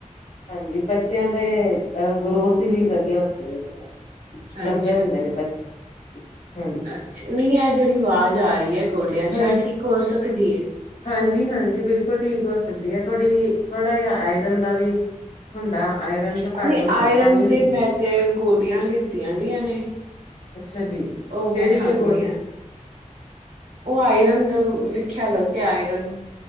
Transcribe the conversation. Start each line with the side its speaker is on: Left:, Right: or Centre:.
Left: ਹਾਂਜੀ ਬੱਚਿਆਂ ਦੇ ਅ ਗਰੋਥ ਵੀ ਵਧੀਆ ਹੁੰਦੀ ਹੈ ਉਹਦੇ ਨਾਲ
Right: ਅੱਛਾ
Left: ਲੰਬੇ ਹੁੰਦੇ
Right: ਜੀ
Left: ਨੇ ਬੱਚੇ ਹਾਂਜੀ
Right: ਅੱਛਾ ਨਹੀਂ ਇਹ ਜਿਹੜੀ ਆਵਾਜ਼ ਜਾ ਰਹੀ ਹੈ ਗੋਡਿਆਂ ਚ
Left: ਹਾਂਜੀ
Right: ਇਹ ਠੀਕ ਹੋ ਸਕਦੀ ਹੈ
Left: ਹਾਂਜੀ ਹਾਂਜੀ ਬਿਲਕੁਲ ਠੀਕ ਹੋ ਸਕਦੀ ਹੈ ਥੋੜ੍ਹੀ ਥੋੜ੍ਹਾ ਜਿਹਾ ਆਇਰਨ ਦਾ ਵੀ ਹੁੰਦਾ ਆਇਰਨ ਜੋ ਘੱਟ
Right: ਨਹੀਂ
Left: ਹੁੰਦਾ
Right: ਆਇਰਨ
Left: ਤਾਂ ਵੀ ਹੁੰਦੀ
Right: ਦੇ ਮੈਂ
Left: ਹੈ
Right: ਤੇ ਗੋਲੀਆਂ ਲਿੱਤੀਆਂ ਦੀਆਂ ਨੇ
Left: ਅੱਛਾ ਜੀ
Right: ਉਹ
Left: ਕਿਹੜੀ
Right: ਮੈਂ ਖਾਂਦੀ
Left: ਹੈ ਗੋਲੀ
Right: ਹਾਂ ਉਹ ਆਇਰਨ ਦਾ ਲਿਖਿਆ ਦਾ ਤੇ ਆਇਰਨ